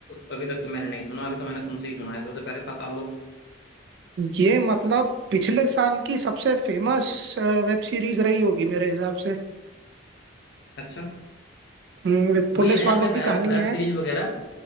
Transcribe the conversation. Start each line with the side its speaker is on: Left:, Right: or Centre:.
Left: अभी तक तो मैंने नहीं सुना अभी तो मैंने तुमसे ही सुना है सबसे पहले पाताल लोक
Right: ये मतलब पिछले साल की सबसे फेमस वेब सीरीज रही होगी मेरे हिसाब से
Left: अच्छा
Right: हम्म, पुलिस
Left: वही है ना यार
Right: वालों
Left: मैं वेब
Right: की कहानी है
Left: सीरीज वगैरह